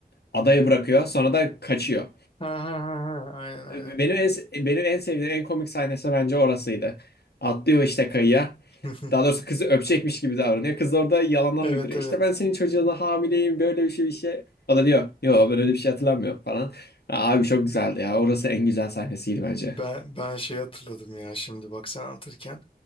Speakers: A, on the left (about 90°); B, on the left (about 35°).
A: Adaya bırakıyor sonra da kaçıyor.
B: Ha ha ha ha. Aynen aynen.
A: Benim en, benim en sevdiğim en komik sahnesi bence orasıydı. Atlıyor işte kayaya.
B: <laughs>
A: Daha doğrusu kızı öpecekmiş gibi davranıyor. Kız orada yalanlar
B: Evet
A: uyduruyor.
B: evet.
A: İşte ben senin çocuğuna hamileyim böyle bir şey bir şey. O da diyor yo böyle bir şey hatırlamıyorum falan. Abi çok güzeldi ya. Orası en güzel sahnesiydi bence.
B: Ben ben şey hatırladım ya şimdi bak sen anlatırken